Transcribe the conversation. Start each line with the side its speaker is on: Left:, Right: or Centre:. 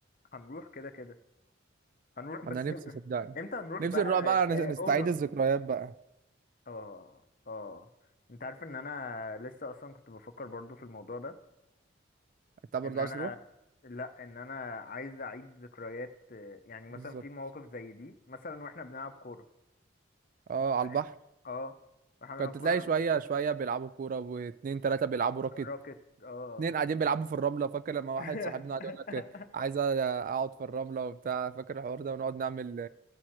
Left: هنروح كده كده هنروح بس
Right: أنا نفسي صدقني
Left: <laughs> امتى هنروح
Right: نفسي
Left: بقى
Right: نروح بقى
Left: كاونرز
Right: نس- نستعيد الذكريات بقى
Left: اه اه انت عارف ان انا لسه اصلا كنت بفكر برضو في الموضوع ده
Right: انت برضه
Left: ان انا
Right: عايز تروح
Left: لا ان انا عايز اعيد ذكريات آه، يعني
Right: بالظبط
Left: مثلا في مواقف زي دي مثلا واحنا بنلعب كوره
Right: اه على
Left: فاهم
Right: البحر
Left: اه واحنا بنلعب
Right: كنت
Left: كوره
Right: تلاقي
Left: على
Right: شويه شويه بيلعبوا كوره واتنين تلاته بيلعبوا راكت
Left: الراكت اه
Right: اتنين قاعدين بيلعبوا في الرمله فاكر لما واحد
Left: <laughs>
Right: صاحبنا قعد يقول لك عايز اقعد في الرمله وبتاع فاكر الحوار ده ونقعد نعمل